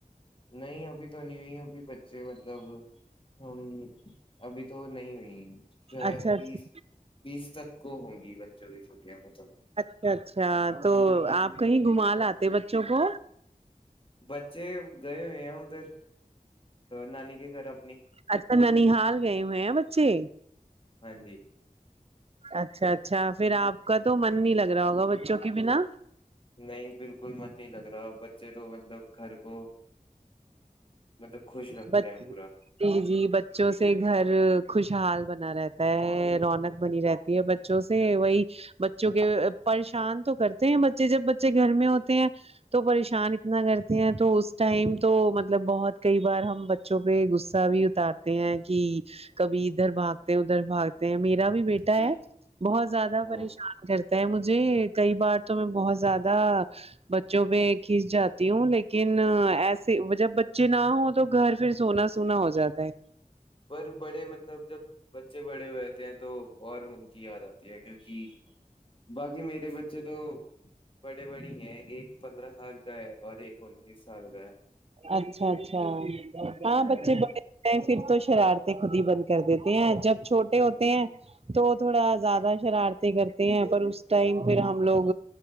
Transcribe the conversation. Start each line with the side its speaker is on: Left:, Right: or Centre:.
Left: نہیں ابھی تو نہیں ہوئی ابھی بچے مطلب ہم ابھی تو نہیں ہوئی شاید
Right: اچھا اچھا
Left: بیس بیس تک کو ہوں گی بچوں کی چھٹیاں ہو توب
Right: اچ اچھا تو آپ کہیں گھما لے بچوں کو
Left: بچے گئے ہوئے ہیں ادھر نانی کے گھر اپنی
Right: اچھا ننال گئے ہوئے ہیں بچے
Left: ہاں جی
Right: اچھا اچھا پھر آپ کا تو من نہیں لگ رہا ہوگا بچوں کے بنا
Left: نہیں بالکل من نہیں لگ رہا بچے تو مطلب گھر کو مطلب خوش رکھتے
Right: بتی
Left: ہیں پورا
Right: جی جی بچوں سے گھر خوشحال بنا رہتا ہے رونق بنی رہتی ہے بوں سے وہی بچوں کے پریشان تو کرتے ہیں بچے جب بچے گھر میں ہوتے ہیں تو پریشان اتنا کرتے ہیں تو اس ٹائم تو مطلب بہت کئی بار ہم بچوں پہ غصہ بھی اتارتے ہیں کہ کبھی ادھر بھاگتے ادھر بھاگ میرا بھی بیٹا
Left: جی
Right: ہے بہت زیادہ
Left: ہ
Right: پریشان کرتا مجھے کئی بار تو میں بہت زیادہ بچوں پہ کھینچ جاتی ہوں لیکن ایسے جب بچ چنا ہو تو گھر پھر سونا سونا ہو جاتا ہے
Left: پر بڑے مطلب جب بچے بڑے ہوئے رہتے ہیں تو اور ان کی یاد آتی ہے کیکہ ج باقی میرے بچے تو بڑے بڑی ہیں ایک پندرہ سال کا ہے اور ایک انیس سال کا ہے
Right: اچھا اچھا ہاں
Left: ہ
Right: بچے بڑے پھر تو شرارتیں خود ہی بند کر دیتے ہیں جب چھوٹے ہوتے ہیں تو تھوڑا زیادہ شرارتیں کرتے ہیں پر اس ٹائم پھر ہم لوگ